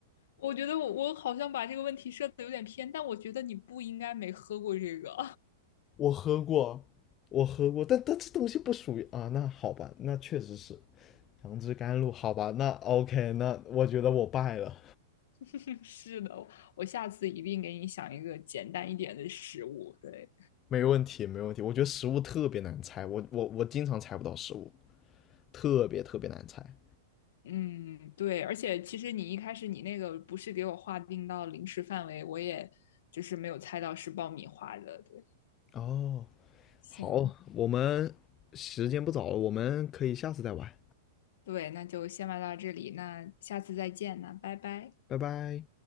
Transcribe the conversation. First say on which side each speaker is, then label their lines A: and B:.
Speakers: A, on the left (about 70°); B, on the left (about 30°).
A: 我觉得我我好像把这个问题设的有点偏，但我觉得你不应该没喝过这个。
B: 我喝过，我喝过，但但这东西不属于啊。那好吧，那确实是杨枝甘露，好吧，那 OK，那我觉得我败了，
A: <laughs> 是的，我下次一定给你想一个简单一点的食物。对，
B: 没问题，没问题。我觉得食物特别难猜，我我我经常猜不到食物，特别特别难猜。
A: 嗯，对，而且其实你一开始你那个不是给我划定到零食范围，我也就是没有猜到是爆米花的。对，
B: 哦，
A: 行，
B: 好，我们时间不早了，我们可以下次再玩，
A: 对，那就先玩到这里，那下次再见，那拜拜。
B: 拜拜。